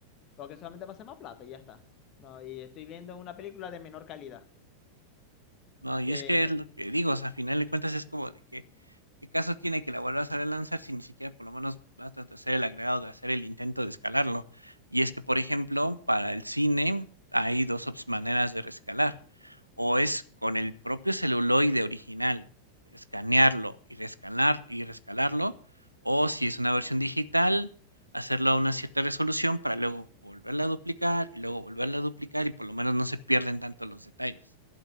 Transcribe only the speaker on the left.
Porque solamente pasa más plata y ya está. No, y estoy viendo una película de menor calidad.
Eh,
ujú.